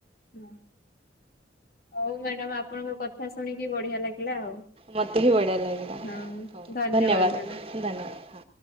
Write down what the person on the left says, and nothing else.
ହୁଁ ହଉ ମ୍ୟାଡାମ ଆପଣଙ୍କ କଥା ଶୁଣିକି ବଢିଆ ଲାଗିଲା ଆଉ।
ହଁ
ମ୍ୟାଡାମ।